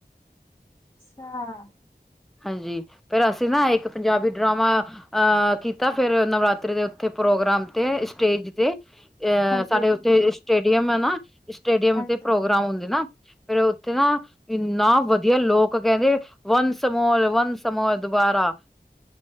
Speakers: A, on the left; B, in the centre.
A: ਹ <unintelligible>
B: ਹਾਂਜੀ, ਫੇਰ ਅਸੀਂ ਨਾ ਇੱਕ ਪੰਜਾਬੀ ਡਰਾਮਾ ਅਹ ਕੀਤਾ ਫੇਿਰ ਨਵਰਾਤਰੀ ਦੇ ਉੱਥੇ ਪ੍ਰੋਗਰਾਮ ਤੇ, ਸਟੇਜ ਤੇ ਅ
A: ਹਾਂਜੀ
B: ਸਾਡੇ
A: ਹਾਂਜੀ।
B: ਉੱਥੇ ਸਟੇਡੀਅਮ ਹੈ ਨਾ ਸਟੇਡੀਅਮ
A: ਅੱਛਾ
B: ਤੇ ਪ੍ਰੋਗਰਾਮ ਹੁੰਦੇ ਨਾ। ਫੇਿਰ ਉੱਥੇ ਨਾ ਇੰਨਾ ਵਧੀਆ ਲੋਕ ਕਹਿੰਦੇ ਵੰਸ ਤੇ ਮੋਰ ਵੰਸ ਮੋਰ ਦੁਬਾਰਾ